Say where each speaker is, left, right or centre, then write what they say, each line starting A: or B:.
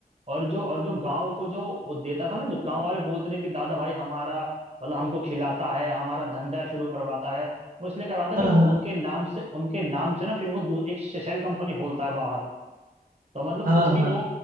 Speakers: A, on the right; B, on the right.
A: और जो और जो गांव को जो वो देता था ना जो गांव वाले बोलते थे कि दादा भाई हमारा मतलब हमको खिलाता है हमारा धंधा शुरू करवाता है वो इसलिए करवाता
B: हाँ
A: कि वो
B: हाँ
A: उनके नाम से उनके नाम से ना फिर वो दू- एक शेल कंपनी खोलता है बाहर तो मतलब
B: हाँ
A: कुछ भी
B: हाँ
A: वो